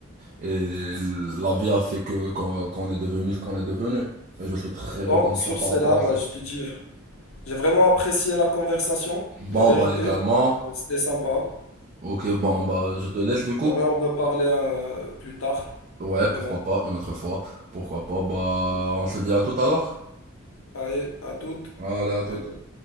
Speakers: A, on the right; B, on the left.
A: Et, et la vie a fait que qu'on qu'on est devenu ce qu'on est devenu. Et je suis très reconnaissant
B: bon, sur
A: par
B: cela,
A: rapport à
B: bah,
A: ça.
B: je te dis, j'ai vraiment apprécié la conversation,
A: Bon
B: la vérité.
A: bah également.
B: C'était sympa.
A: Ok, bon bah je te laisse du coup.
B: J'aimerais en reparler euh, plus tard.
A: Ouais, pourquoi
B: Mais bon,
A: pas, une autre fois. Pourquoi pas, bah, on se dit à tout à l'heure.
B: allez, à toutes.
A: Allez, à tout.
B: Bye bye.